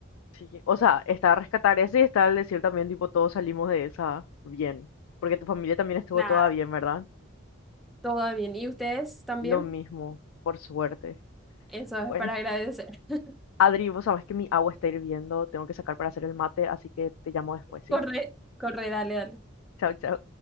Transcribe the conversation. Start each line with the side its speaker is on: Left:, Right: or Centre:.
Left: Sí, o sea, está rescatar ese y está el decir también, tipo, todos salimos de esa bien, porque tu familia también estuvo
Centre: Nada,
Left: toda bien, ¿verdad?
Centre: todo bien. ¿Y ustedes también?
Left: Lo mismo, por suerte.
Centre: Eso
Left: Bueno,
Centre: es para agradecer. <laughs>
Left: Adri, vos sabés que mi agua está hirviendo, tengo que sacar para hacer el mate, así que te llamo después, ¿sí?
Centre: Corre, corre, dale, dale.
Left: Chao, chao.